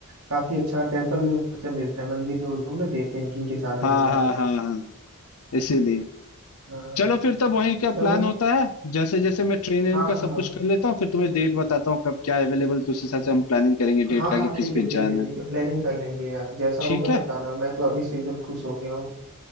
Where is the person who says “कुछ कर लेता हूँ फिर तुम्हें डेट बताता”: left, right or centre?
Left